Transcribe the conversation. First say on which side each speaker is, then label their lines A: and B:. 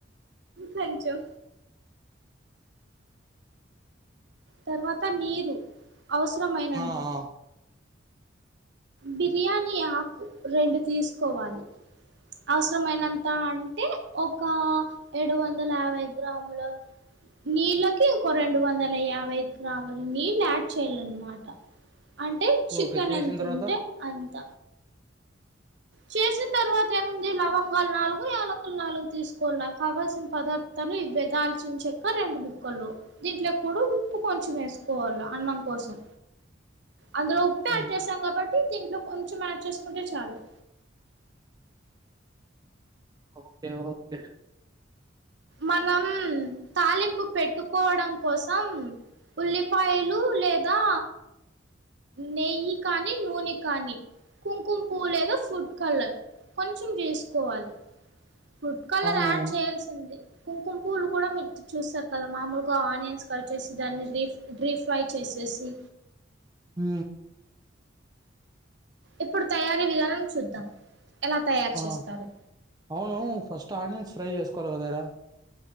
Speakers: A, on the right (about 65°); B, on the right (about 20°).
A: కొంచం తర్వాత నీరు అవసరమైనంత
B: ఆ ఆ
A: బిర్యానీ ఆకు రెండు తీసుకోవాలి అవసరమైనంత అంటే ఒక ఏడు వందల యాభై గ్రాముల నీళ్ళకి ఇంకో రెండు వందల యాభై గ్రాములు నీళ్ళు యాడ్ చేయలన్నమాట అంటే చికెన్
B: ఓకే చేసిన
A: ఎంత
B: తర్వాత
A: ఉంటే అంత చేసిన తర్వాత ఏముంది లవంగాలు నాలుగు యాలకలు నాలుగు తీసుకోల్ల కావల్సిన పదార్థ ఇవే దాల్చించక్క రెండు ముక్కలు దీంట్లో కూడా ఉప్పు కొంచెం వేసుకోవాలి అన్నం కోసం అందులో ఉప్పి యాడ్
B: ఉహు
A: చేసాం కాబట్టి దీంట్లో కొంచెం యాడ్ చేసుకుంటే చాలు
B: ఓకే ఓకే
A: మనం తాలింపు పెట్టుకోవడం కోసం ఉల్లిపాయలు లేదా నెయ్యి కానీ నూనె కానీ కుంకుంపు లేదా ఫుడ్ కలర్ కొంచెం వేసుకోవాలి ఫుడ్ కలర్
B: అవునవును
A: యాడ్ చేయాల్సింది కుంకుమ పూలు కూడా మీరు చూస్తారు కదా మామూలుగా ఆనియన్స్ కట్ చేసి దాన్ని రీ రీ ఫ్రై చేసి చేేసి
B: ఉ
A: ఇప్పుడు తయారీ విధానం చూద్దాం ఎలా తయారు
B: ఆ
A: చేస్తారు
B: అవును ఫస్ట్ ఆనియన్స్ ఫ్రై చేసుకోవాలి కదర